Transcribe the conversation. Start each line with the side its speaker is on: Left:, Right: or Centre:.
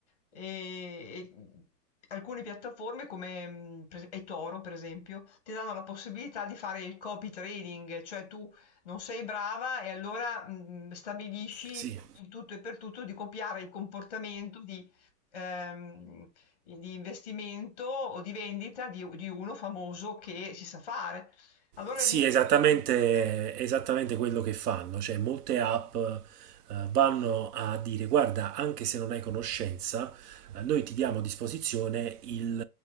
Left: E, e alcune piattaforme come mh, per es- eToro, per esempio, ti danno la possibilità di fare il copy trading, cioè tu non sei brava e allora mh, stabilisci
Right: sì,
Left: in tutto e per tutto di copiare il comportamento di, ehm, di investimento o di vendita di, di uno famoso che si sa fare. Allora
Right: Sì,
Left: lì...
Right: esattamente,
Left: Eh.
Right: esattamente quello che fanno, cioè molte app eh, vanno a dire guarda, anche se non hai conoscenza, eh, noi ti diamo a disposizione il